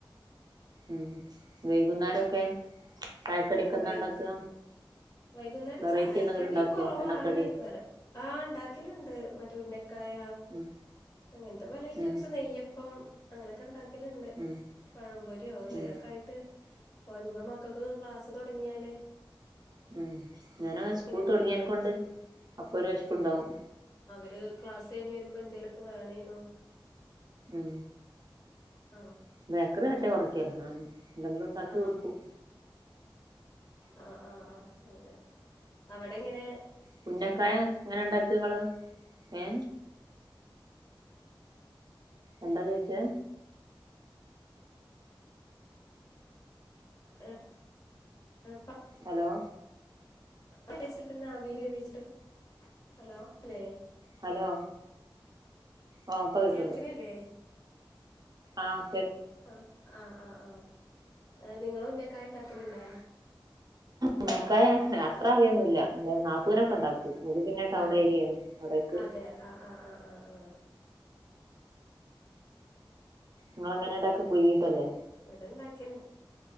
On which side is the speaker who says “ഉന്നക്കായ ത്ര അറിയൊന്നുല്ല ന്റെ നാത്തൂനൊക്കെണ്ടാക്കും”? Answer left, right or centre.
Right